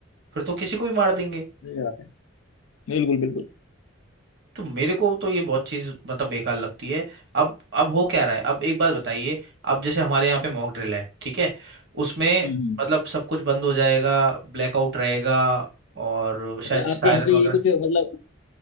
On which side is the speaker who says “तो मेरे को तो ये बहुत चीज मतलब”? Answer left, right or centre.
Right